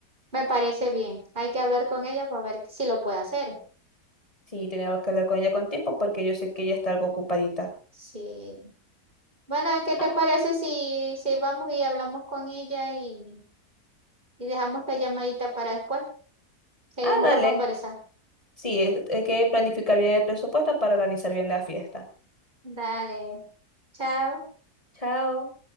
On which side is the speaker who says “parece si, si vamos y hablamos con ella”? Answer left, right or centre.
Right